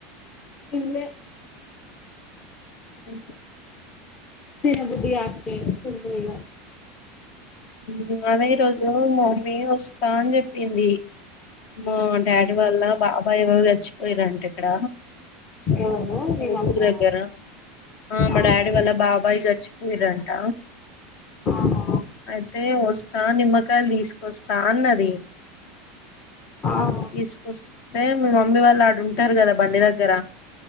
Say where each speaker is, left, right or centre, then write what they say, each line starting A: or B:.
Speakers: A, on the left; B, on the left.
A: తిన్లే
B: ఊహు
A: తిన బుద్ధి కాట్లే తిన్లే ఇగ
B: మ్ అనే రోజు మా మమ్మీ వోస్ వస్తా అని చెప్పింది మా డాడీ వాళ్ళ బాబాయ్ ఎవరో చచ్చిపోయారంటే ఇక్కడ
A: ఎవరో మీ
B: మా
A: మమ్మీ
B: ఊరు దగ్గర
A: ఆ
B: ఆ మా
A: ఆహా
B: డాడీ వాళ్ళ బాబాయ్ చచ్చిపోయరంట
A: ఆహా
B: అయితే వస్తా నిమ్మకాయలు తీసుకొస్తా అన్నది
A: ఆహా
B: తీసుకొస్తే మీ మమ్మీ వాళ్ళు ఆడు ఉంటారు కదా బండి దగ్గర